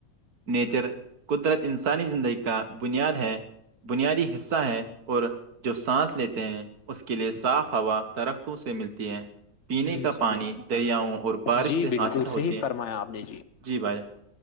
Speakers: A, on the right; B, on the left.
A: نیچر قدرت انسانی زندگی کا بنیاد ہے بنیادی حصہ ہے اور جو سانس لیتے ہیں اس کے لیئے صاف ہوا درختوں سے ملتی ہے پینے کا
B: جی جی
A: پانی دریاؤں اور بارش
B: جی
A: سے
B: بالکل
A: حاصل
B: صحیح
A: ہوتے ہیں
B: فرمایا آپ نے
A: جی بھاجان